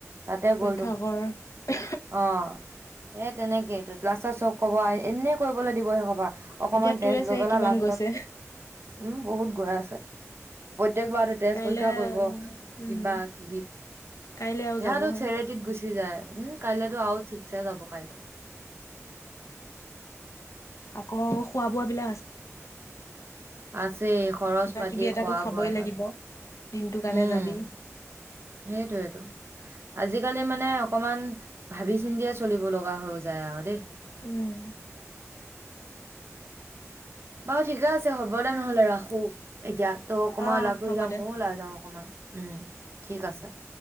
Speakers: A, on the right (about 50°); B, on the left (about 75°).
A: তাতে গ'ল
B: আগৰ
A: অহ সে তেনেকেই লাষ্টৰ চব কবা এনে কৰিবলৈ দিব সেই কব অকমান
B: এতিয়া তোৰে
A: তেজ লৈ
B: চাগে
A: পেলে
B: কিমান
A: লাষ্টত
B: গৈছে
A: উম বহুত ঘূৰাই আছে প্ৰ প্ৰত্যেকবাৰতে তেজ
B: কাইলে
A: পৰীক্ষা কৰিব
B: উম
A: কিবা কিবি
B: কাইলে আৰু
A: ইয়াতো
B: যাবহে
A: চেৰেটিত গুচি যায় কাইলেতো আও ঠিকছে যাব কাইলৈ
B: আকৌ খোৱা বোৱা বিলাক আছে
A: আছেই খৰচ
B: কিবা
A: পাতি
B: কিবি এটাটো
A: খোৱা
B: খাবই
A: বোৱা কাল
B: লাগিব। দিনটো কাৰণে
A: উম
B: যাবি
A: সেইটোয়েতো আজিকালি মানে অকমান ভাবি চিন্তিয়ে চলিব লগা হৈ যায় আৰু দেই
B: উম
A: বাৰু ঠিকে আছে হ'ব দে নহ'লে ৰাখো। এতিয়া তো অকমান
B: অ
A: ওলাই ফুৰি
B: হ'ব
A: যাও
B: দে
A: ময়ো ওলাই যাও অকমান উম ঠিক আছে।